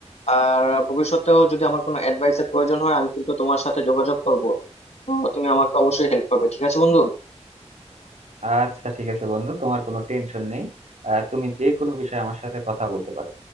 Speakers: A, on the left (about 70°); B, on the right (about 85°).
A: আর ভবিষ্যতেও যদি আমার কোনো অ্যাডভাইসের প্রয়োজন হয় আমি কিন্তু তোমার সাথে যোগাযোগ করবো তো তুমি আমাকে অবশ্যই হেল্প করবে ঠিক আছে বন্ধু
B: আচ্ছা ঠিক আছে বন্ধু তোমার কোনো টেনশন নেই আহ তুমি যে কোনো বিষয়ে আমার সাথে কথা বলতে পারো